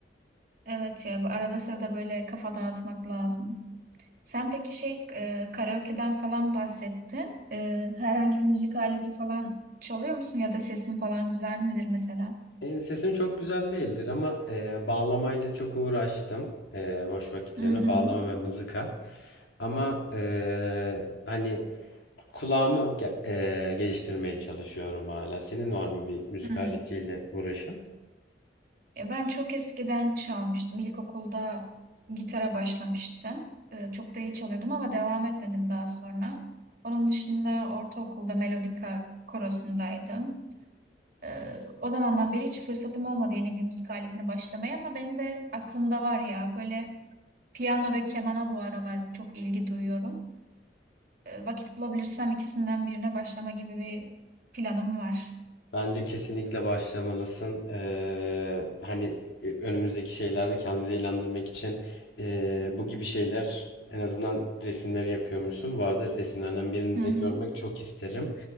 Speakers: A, on the right; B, on the left.
A: Evet ya bu arada sırada böyle kafa dağıtmak lazım. Sen peki şey e, karaoke'den falan bahsettin. E, herhangi bir müzik aleti falan çalıyor musun ya da sesin falan güzel midir mesela?
B: Ee, sesim çok güzel değildir ama e, bağlamayla çok uğraştım. Ee, boş vakitlerime
A: Hı hı.
B: bağlama ve mızıka. Ama e, hani kulağımı ge- e, geliştirmeye çalışıyorum hala. Senin var mı bir müzik
A: Hı.
B: aletiyle uğraşın?
A: E, Ben çok eskiden çalmıştım. İlkokulda gitara başlamıştım. E, Çok da iyi çalıyordum ama devam etmedim daha sonra. Onun dışında ortaokulda melodika korosundaydım. E, O zamandan beri hiç fırsatım olmadı yeni bir müzik aletine başlamaya ama benim de aklımda var ya böyle piyano ve kemana bu aralar çok ilgi duyuyorum. E, Vakit bulabilirsem ikisinden birine başlama gibi bir planım var.
B: Bence kesinlikle başlamalısın. Ee, hani e, önümüzdeki şeylerde kendimizi eğlendirmek için ee, bu gibi şeyler en azından resimleri yapıyormuşsun. Bu arada resimlerden birini
A: Hı
B: de
A: hı.
B: görmek çok isterim.